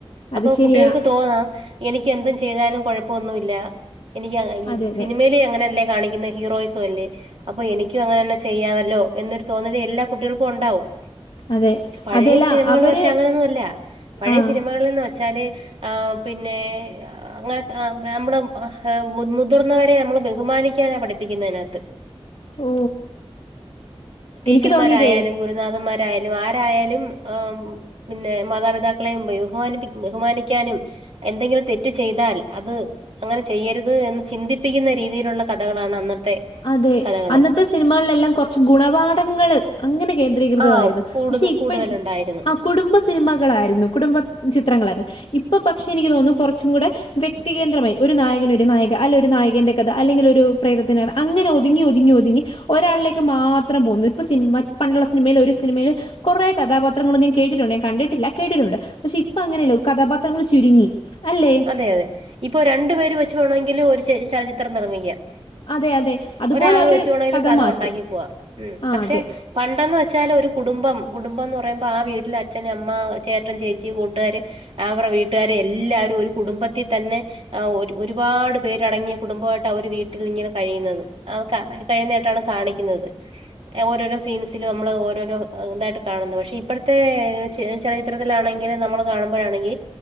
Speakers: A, on the right; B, on the left.
A: അപ്പൊ
B: അത് ശരിയാ
A: കുട്ടികൾക്ക് തോന്നാം എനിക്ക് എന്തും ചെയ്താലും കൊഴപ്പ ഒന്നുമില്ല എനിക്ക് അങ്ങ ഈ
B: അതെ അതെ
A: സിനിമേല് അങ്ങനെല്ലേ കാണിക്കുന്നേ ഹീറോസ് തുവല്ലേ അപ്പൊ എനിക്കും അങ്ങനന്നെ ചെയ്യാമല്ലോ എന്നൊരു തോന്നല് എല്ലാ കുട്ടികൾക്കും ഒണ്ടാവും
B: അതെ
A: പഴേ
B: അതല്ല
A: സിനിമകള്
B: അവര്
A: പക്ഷെ അങ്ങനൊന്നും അല്ല പഴേ
B: ആഹ്
A: സിനിമകളിന്ന് വച് വെച്ചാല് ആ പിന്നെ അങ്ങനെ അ നമ്മള് അ ഹ് മു മുതിർന്നവരെ നമ്മള് ബഹുമാനിക്കാനാ പഠിപ്പിക്കുന്നേ അതിനകത്ത്
B: ഓ
A: ടീച്ചർമാരായാലും
B: എനിക്ക് തോന്നിയതേ
A: ഗുരുനാഥന്മാരായാലും ആരായാലും ആ പിന്നെ മാതാപിതാക്കളെയും ബഹുമാനിപ്പി ബഹുമാനിക്കാനും എന്തെങ്കിലും തെറ്റ് ചെയ്താൽ അത് അങ്ങനെ ചെയ്യരുത് എന്ന് ചിന്തിപ്പിക്കുന്ന രീതിയിലുള്ള കഥകളാണ് അന്നത്തെ
B: അതെ
A: കഥകള്.
B: അന്നത്തെ സിനിമകളിലെല്ലാം കുറച്ച് ഗുണപാഠങ്ങള് അങ്ങനെ കേന്ദ്രീകൃതമായിരുന്നു
A: ആഹ് കൂടുതൽ
B: പക്ഷെ ഇപ്പഴ്
A: കൂടുതലുണ്ടായിരുന്നു.
B: ആ കുടുംബ സ് സിനിമകളായിരുന്നു കുടുംബ ചിത്രങ്ങളായിരുന്നു ഇപ്പൊ പക്ഷെ എനിക്ക് തോന്നുന്നു കൊറച്ചും കൂടെ വ്യക്തികേന്ദ്രമായി ഒരു നായകന് ഒരു നായിക അല്ല ഒരു നായകന്റെ കഥ അല്ലെങ്കിൽ ഒരു പ്രേതത്തിനെ കഥ അങ്ങനെ ഒതുങ്ങി ഒതുങ്ങി ഒതുങ്ങി ഒരാളിലേക്ക് മാത്രം പോകുന്നു ഇപ്പ സിനിമ പണ്ടുള്ള സിനിമേല് ഒരു സിനിമേല് കൊറേ കഥാപാത്രങ്ങളും നേ കേട്ടിട്ടുണ്ടേ ഞാൻ കണ്ടിട്ടില്ല കേട്ടിട്ടുണ്ട് പക്ഷെ ഇപ്പൊ അങ്ങനെയല്ല കഥാപാത്രങ്ങള് ചുരുങ്ങി അല്ലെ
A: അതെ അതെ ഇപ്പൊ രണ്ടു പേര് വെച്ച് പോണോങ്കിലും ഒരു ചല ചരിത്രം നിർമിക്കാം
B: അതെ അതെ. അതുപോലെ
A: ഒരാള്
B: അവര്
A: വെച്ചുവെണേലും കഥ
B: മാറ്റും.
A: ഒണ്ടാക്കി പോവാം ഉം
B: ആ
A: പക്ഷെ
B: അതെ.
A: പണ്ടെന്ന് വെച്ചാല് ഒരു കുടുംബം കുടുംബം എന്ന് പറയുമ്പോ ആ വീട്ടില് അച്ഛന് അമ്മ ചേട്ടൻ ചേച്ചി കൂട്ട്കാര് അവറെ വീട്ടുകാര് എല്ലാരും ഒരു കുടുംബത്തിതന്നെ ആ ഒരു ഒരുപാട് പേരടങ്ങിയ കുടുംബ ആയിട്ടാ അവര് വീട്ടിലിങ്ങനെ കഴിയുന്നത് ആ കാ കഴിനീട്ടാണ് കാണിക്കുന്നത് ഓരോരോ സീൻസിലും ഞമ്മള് ഓരോരോ ഇതായിട്ട് കാണുന്നു പക്ഷെ ഇപ്പഴത്തെ ചെ ചെലച്ചിത്രത്തിലാണെങ്കില് നമ്മള് കാണുമ്പഴാണെങ്കി